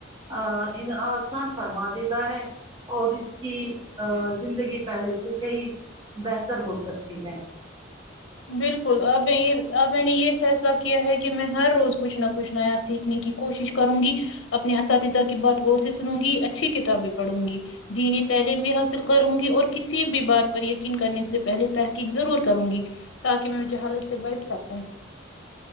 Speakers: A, on the right; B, on the left.
A: ا ان آسان فرما دیتا ہے اور اس کی زندگی پہلے سے کئی بہتر ہو سکتی ہے
B: بالکل اب یہ اب میں نے یہ فیصلہ کیا ہے کہ میں ہر روز کچھ نہ کچھ نیا سیکھ سنے کی کوشش کروں گی اپنے اساتذہ کی بات غور سے سنوں گی اچھی کتابیں پڑھو نگی دینی تعلیم بھی حاصل کروں گی اور کسی بھی بات پر یقین کرنے سے پہلے تحقیق ضرور کروں گی تاکہ میں جہالت سے بچ سکوں